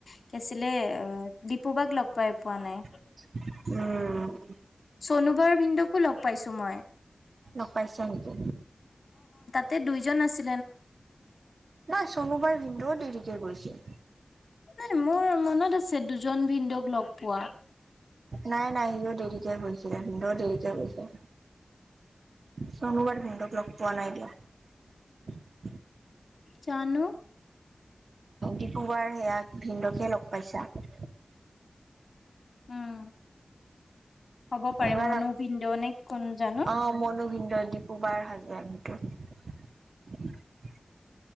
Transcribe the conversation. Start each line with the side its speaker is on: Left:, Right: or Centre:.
Left: কি আছিলে অ দিপুবাক লগ। পাই পোৱা নাই।
Right: উম
Left: চোনোবাৰ ভিন্দকো লগ পাইছো মই।
Right: লগ পাইছা নেকি।
Left: তে দুইজন আছি।
Right: নাই চোনোবাৰ ভিনন্দেও দেৰিকে গৈছে।
Left: নাই মোৰ মনত আছে দুজন ভিনন্দৌক লগ পোৱা।
Right: নাই নাই সিও দেৰিকে গৈছিলে সও দেৰিকে গৈছে। চচনোবাৰ ভিনদেউ লগ পোৱা নাই দিয়ক।
Left: জানো।
Right: ডিপুগৰ সেয়াক ভিনদৌকে লগ পাইছা। উম
Left: উম হ'ব পাৰে
Right: এইবাৰ
Left: মনো ভিনদেউ নে কোন জানো
Right: অ মনো ভিন্দৌ দিপু বাৰ হাজবেণ্ড। <unintelligible>